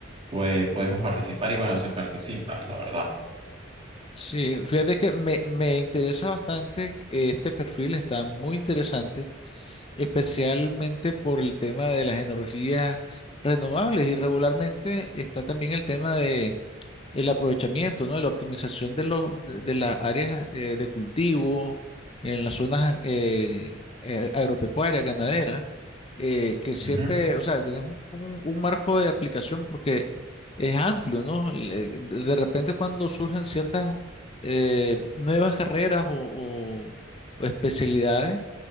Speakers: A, on the right (about 30°); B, on the left (about 30°).
A: pues, podemos participar y bueno, se participa, la verdad.
B: Sí, fíjate que me, me interesa bastante, eh, este perfil está muy interesante, especialmente por el tema de las energías renovables y regularmente está también el tema de el aprovechamiento, ¿no? La optimización de los, de, de las áreas eh, de cultivo en las zonas eh, eh, agropecuarias, ganaderas, eh, que siempre,
A: Ujú,
B: o sea, tenés un, un- un marco de aplicación porque es amplio, ¿no? Le- De de repente cuando surgen ciertas eh, nuevas carreras o, o- o especialidades,